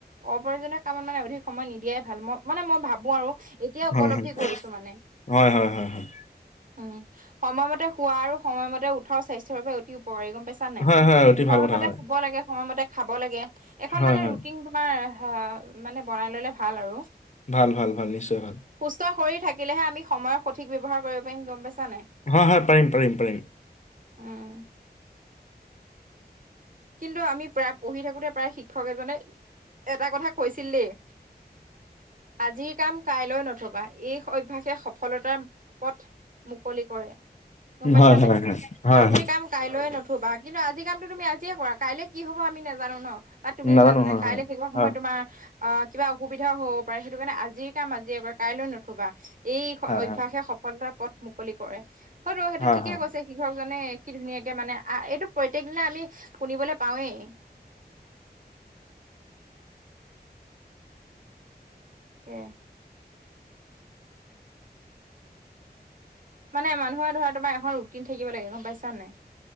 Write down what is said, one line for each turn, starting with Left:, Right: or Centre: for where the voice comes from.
Right: অপ্ৰয়োজনীয় কামত মানে অধিক সময় নিদিয়াই ভাল, মই মানে মই ভাবো আৰু এতিয়া উপলব্ধি
Left: হয় হয়
Right: কৰিছো মানে।
Left: হয় হয় হয় হয়।
Right: উম, সময়মতে শোৱা আৰু সময়মতে উঠাও স্বাস্থ্যৰ পৰা অতি উপকাৰী গম পাইছে। ছানে নাই,
Left: হয়, হয়, অতি ভাল
Right: সময়মতে
Left: কথা হয়।
Right: শুব লাগে সময়মতে খাব লাগে, এখন
Left: হয়,
Right: মানে
Left: হয়,
Right: ৰুটিন তোমাৰ মানে বনাই ললে ভাল আৰু।
Left: ভাল ভাল ভাল নিশ্চয় ভাল।
Right: সুস্থ শৰীৰ থাকিলেহে আমি সময়ৰ সঠিক ব্যৱহাৰ কৰিব পাৰিম গম পাইছা নাই।
Left: হয় হয় পাৰিম পাৰিম পাৰিম।
Right: উম। কিন্তু আমি প্ৰায় পঢ়ি থাকোতে, প্ৰায় শিক্ষক এজনে এটা কথা কৈছিল দেই আজিৰ কাম কাইলৈ নথবা, এই অভ্যাসে সফলতাৰ পথ মুকলি কৰে গম পাইছা
Left: হয়, হয়,
Right: নাই,
Left: হয়, হয়,
Right: আজিৰ
Left: হয়,
Right: কাম কাইলৈ নথবা, কিন্তু আজি কামটো তুমি আজিয়ে কৰা। কাইলে কি হব আমি নাজানো ন। আৰু তুমিও
Left: নাজানো
Right: নাজানা,
Left: হয়,
Right: কাইলৈ
Left: হয়,
Right: সেইকণ সময়ত
Left: হয়,
Right: তোমাৰ অঁ, কিবা অসুবিধাও হ'ব পাৰে। সেইটো কাৰণে আজিৰ কাম আজি কৰা। কাইলৈ নথবা। এই
Left: হয়,
Right: অভ্যাসে
Left: হয়,
Right: সফলতাৰ পথ মুকলি কৰে, হয়তো সেইটো
Left: হয়,
Right: ঠিকে
Left: হয়,
Right: কৈছে। কৃষক জনে কি ধুনীয়াকে মানে আ এইটো প্ৰত্যেক দিনা আমি শুনিবলৈ পাওঁৱেই। এ মানে মানুহে ধৰা তোমাৰ এখন ৰুটিন থাকিব লাগে গম পাইছ ছানে নাই,